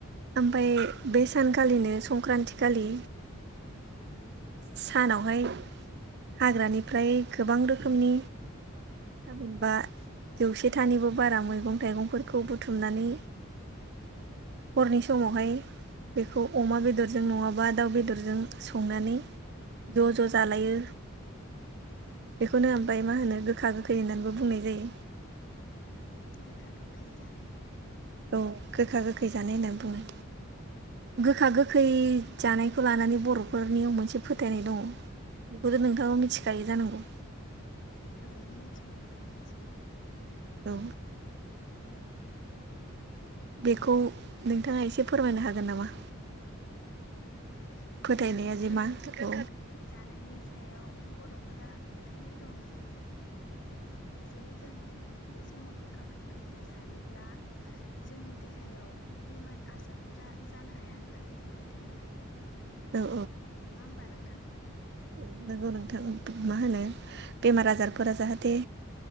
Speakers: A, on the right (about 50°); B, on the left (about 55°).
A: ओमफाय बे सानखालिनो संक्रान्ति खालि सानावहाय हाग्रानिफ्राय गोबां रोखोमनि थामिनबा जौसेथानिबो बारा मैगं थाइगंफोरखौ बुथुमनानै हरनि समावहाय बेखौ अमा बेदरजों नंङाबा दाउ बेदरजों संनानै ज' ज' जालायो। बेखौनो ओमफ्राय मा होनो गोखा गोखै होननानैबो बुंनाय जायो।
B: गोखा गोखै जानाय
A: औ गोखा गोखै जानाय होनना बुंङो। गोखा गोखै जानायखौ लानानै बर'फोरनियाव मोनसे फोथायनाय दंङ बेखौथ' नोंथाङा मिथिखायो जानांगौ
B: ओ मिथिगौ नोंथाङा मिथिगौ
A: औ बेखौ नोंथाङा एसे फोरमायनो हागोन नामा।
B: <inaudible>
A: फोथायनाया जे
B: गोखा
A: मा
B: गोखै
A: औ
B: जानायनि सायाव बर'फोरा फोथायनाय दं जे जे जों बे समाव गोखा गोखैखौ जायोब्ला जोंनि देहायाव बेमार आजारफोरा जानो हाया होननानै फोथायो
A: औ
B: नंङा होमबा नोंथां
A: औ नोंगौ नोंथां मा होनो बेमार आजारफोरा जाहाथे